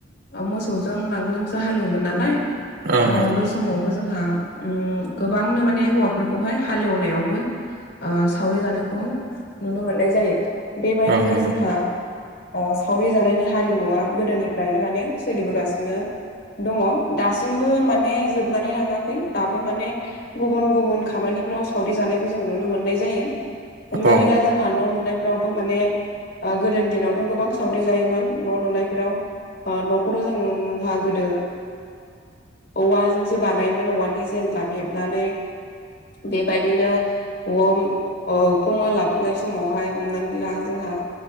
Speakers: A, on the left (about 60°); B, on the right (about 85°).
A: मोसौजों नांगोलजोंसो हालेवोमोन नालाय।
B: ओं
A: ओ
B: ओं
A: बै समावबो जोंहा गोबांनो माने हौवाफोरखौहाय हालेवनायावबो ओ सावरि जानायखौ नुनो मोननाय जायो। बेबायदिनो
B: ओं नंगौ
A: जोंहा ओ सावरि जानायनि हारिमुवा गोदोनिफ्रायनो माने सोलिबोगासिनो दङ दासिमबो माने जोबनानै थाङाखै, दाबो माने गुबुन गुबुन खामानिफ्राव सावरि जानायखौ जों नुनो मोननाय जायो। हमनानै
B: औ
A: ला जों जोंहा न' लुनायफ्रावबो माने गोदोनि दिनावथ' गोबां सावरि जायोमोन न' लुनायफोराव। ओन'खौथ' ओ जोंहा गोदो औवाजोंसो बानायोमोन औवानि जेनला हेबनानै। बेबायदिनो उखुम ओलाबनाय समावहाय हमनानै ला जोंहा